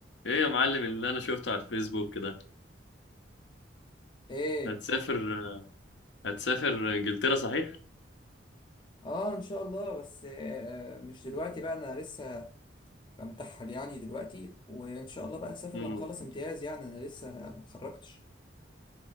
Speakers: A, on the left; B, on the left.
A: ايه يا معلم اللي انا شفته على الفيسبوك كده
B: ايه
A: هتسافر هتسافر انجلترا صحيح
B: اه ان شاء الله بس آه مش دلوقتي بقى انا لسه بمتحل يعني دلوقتي وان شاء الله بقى اسافر
A: مم.
B: لما اخلص امتياز يعني انا لسه ما اتخرجتش